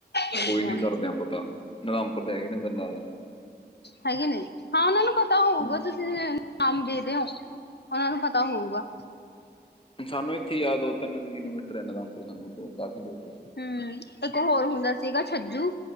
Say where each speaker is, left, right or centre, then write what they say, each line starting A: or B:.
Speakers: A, on the left (about 70°); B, on the left (about 30°).
A: ਹਾਂਜੀ-ਹਾਂਜੀ
B: ਕੋਈ ਨੀ ਕਰਦੇ ਆਂ ਪਤਾ ਰਾਮਪੁਰ ਦੇ ਹੈਗੇ ਨੇ ਮੇਰੇ ਨਾਲ
A: ਹੈਗੇ ਨੇ ਹਾਂ ਓਨਾਂ ਨੂੰ ਪਤਾ ਹੋਊਗਾ
B: ਹੂੰ।
A: ਤੁਸ ਨਾਮ ਦੇ ਦਿਓ ਉਨਾਂ ਨੂੰ ਪਤਾ ਹੋਊਗਾ।
B: ਸਾਨੂੰ ਏਥੇ ਈ ਆ ਦੋ ਤਿੰਨ ਕਿਲੋਮੀਟਰ ਇਹਨਾਂ ਰਾਮਪੁਰ ਸਾਨੂੰ ਦੂ ਕਾਫੀ ਦੂਰ ਏ।
A: ਹੂੰ ਏਕ ਹੋਰ ਹੁੰਦਾ ਸੀਗਾ ਛੱਜੂ